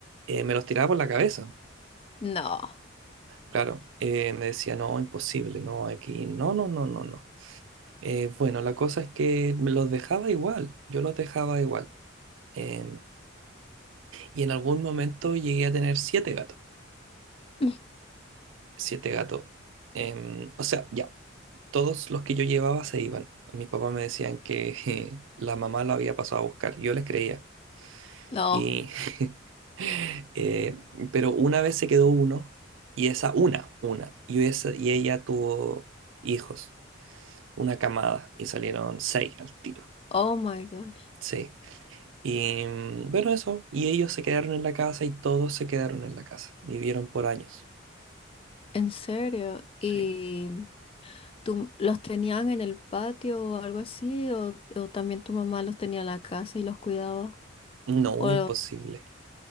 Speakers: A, on the right (about 70°); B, on the left (about 30°).
A: eh, me los tiraba por la cabeza.
B: No,
A: Claro, eh, me decía, no, imposible, no, aquí, no, no, no, no, no. Eh, bueno, la cosa es que me los dejaba igual, yo los dejaba igual. Em, y en algún momento llegué a tener siete gatos,
B: <laughs>
A: siete gatos. Em, o sea, ya, todos los que yo llevaba se iban. Mis papás me decían que <laughs> la mamá lo había pasado a buscar, yo les creía.
B: no.
A: Y, <laughs> eh, pero una vez se quedó uno, y esa, una, una, y, esa, y ella tuvo hijos. una camada y salieron seis al tiro.
B: Oh my gosh.
A: Sí. Y mm, bueno, eso. Y ellos se quedaron en la casa y todos se quedaron en la casa. Vivieron por años.
B: ¿En serio?
A: Sí.
B: ¿Y tú los tenían en el patio o algo así? ¿O, o también tu mamá los tenía en la casa y los cuidaba?
A: No,
B: ¿O
A: imposible.